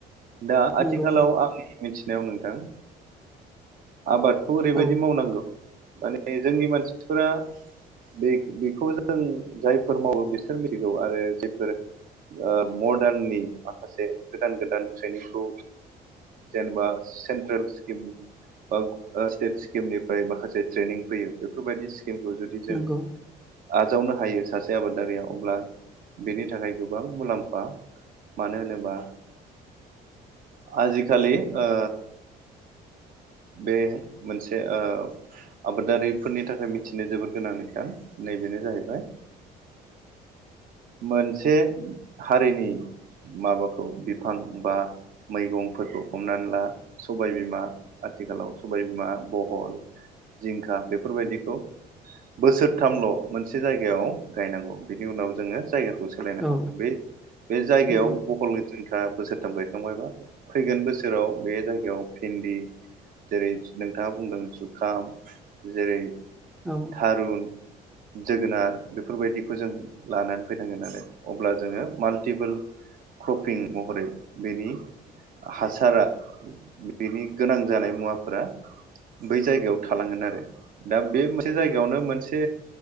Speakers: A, on the right; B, in the centre.
A: दा आथिखालाव
B: नंगौ
A: आंनि मिनथि नायाव नोंथां आबादखौ ओरैबायदि
B: औ
A: मावनांगौ माने जोंनि मानसिफोरा बे बेखौ जों जायफोर मावो बिसोर मिथिगौ आरो जायफोर ओ मदार्ननि माखासे गोदान गोदान ट्रेनिंखौ जेनेबा सेन्ट्रेल स्किम बा स्टेट स्किमनिफ्राय माखासे ट्रेनिं फैयो बेफोरबायदि किम खौ जुदि जों
B: नंगौ
A: आजावनो हायो सासे आबादारिया अब्ला बेनि थाखाय गोबां मुलाम्फा मानो होनोबा आजिखालि ओ बे मोनसे ओ आबादारिफोरनि थाखाय मिथिनो जोबोद गोनां नोंथां नैबेनो जाहैबाय मोनसे हारिनि माबाखौ बिफां बा मैगंफोरखौ हमनानै ला सबायबिमा आथिखालाव सबायबिमा बहल जिंखा बेफोरबायदिखौ बोसोरथामल' मोनसे जायगायाव गायनांगौ बिनि उनाव जोङो जायगाखौ खौ सोलायनांगौ
B: औ
A: बे बे जायगायाव
B: नंगौ
A: बहल जिंखा बोसोरथाम गायखांबायबा फैगोन बोसोराव बे जायगायाव भिन्दि जेरै नोंथाङा बुंदों जुखाम जेरै
B: औ
A: थारुन जोगोनार बेफोरबायदिखौ जों लानानै फैनांगोन आरो अब्ला जोङो माल्टिपोल क्रपिं महरै बेनि हासारा बेनि गोनां जानाय मुवाफोरा बै जायगायाव थालांगोन आरो दा बे मोनसे जायगायावनो मोनसे